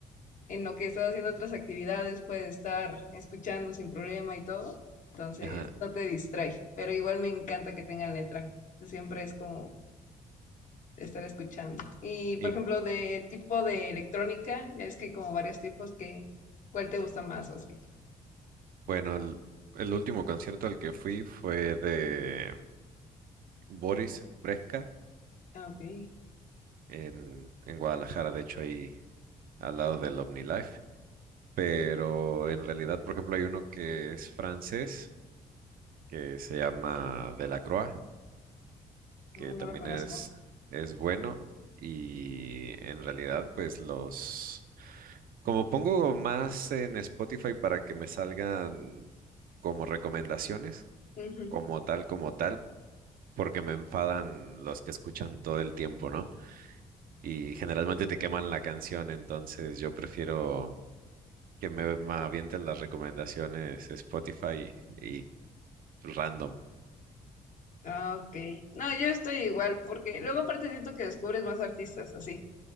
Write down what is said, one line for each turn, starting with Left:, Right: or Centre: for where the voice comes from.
Left: en lo que estás haciendo otras actividades, puedes estar escuchando sin problema y todo. Entonces,
Right: Ajá.
Left: no te distrae, pero igual me encanta que tengan letra. Siempre es como estar escuchando. Y por
Right: ¿Y
Left: ejemplo, de tipo de electrónica, ya es que hay como varios tipos que, ¿cuál te gusta más o así?
Right: Bueno, el, el último concierto al que fui fue de Boris Brejcha
Left: Ah, ok,
Right: en, en Guadalajara, de hecho ahí al lado del OmniLife. Pero en realidad, por ejemplo, hay uno que es francés, que se llama Delacroix,
Left: no,
Right: que también
Left: no lo conozco.
Right: es, es bueno. Y en realidad, pues los... Como pongo más en Spotify para que me salgan como recomendaciones,
Left: Ujú.
Right: como tal, como tal. porque me enfadan los que escuchan todo el tiempo, ¿no? Y generalmente te queman la canción, entonces yo prefiero que me me avienten las recomendaciones Spotify y random.
Left: Ah, ok. No, yo estoy igual, porque luego aparte siento que descubres más artistas así.